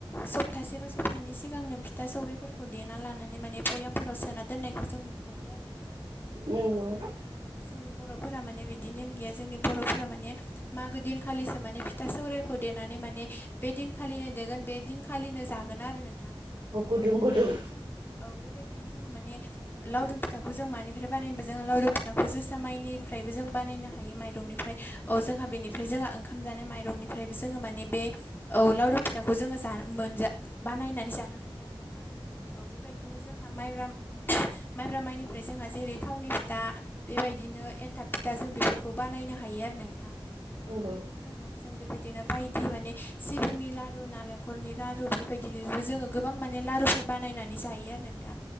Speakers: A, on the left; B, on the right.
A: सप्तासे बा सप्तानि सिगांनो फिथा सौराइफोरखौ देना लानानै माने भयामाव सोना दोननायखौ जों नुखायो आरो नोंथां
B: नंगौ
A: औ बेबायदि बिदिनो माने जोंनि बर'फोरा माने बिदि नेम गैया जोंनि बर'फोरा माने मागो दिनखालिसो माने फिथा सौराइखौ देनानै माने बे दिनखालिनो देगोन बे दिनखा फालिनो जागोन आरो नोंथां
B: गुदुं
A: औ बेबायदिनो
B: गुदुं
A: जों औ बेबायदिनो जोंहा माने लावदुम फिथाखौ जों मानिफ्राय बानायनोबा जोंङो लावदुम फिथाखौ जोसा माइनिफ्रायबो जों बानायनो हायो माइरंनिफ्राय औ जोंहा बेनिफ्राय जोंहा ओंखाम जानाय माइरंनिफ्रायबो जोङो माने बे औ लावरु फिथाखौ जोङो जा मोनजा बानायनानै जानो हायो आरो नोंथां औ बे बिदिनो जोंहा माइब्रा माइब्रा माइनिफ्राय जोंहा जेरै थावननि फिथा बेबायदिनो एन्थाब फिथा जों बेफोरखौ बानायनो हायो आरो नोंथां
B: नंगौ
A: औ बेबायदिनो जोंहा जों बेबायदिनो बायदि माने सिबिंनि लारु नालेंखनि लारु बेबायदि जोङो गो गोबां माने लारुफोर बानायनानै जायो आरो नोंथां